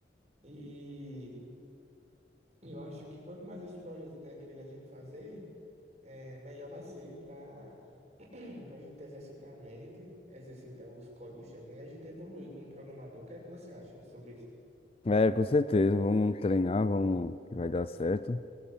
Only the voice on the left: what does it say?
É, com certeza, vamos treinar, vamos que vai dar certo.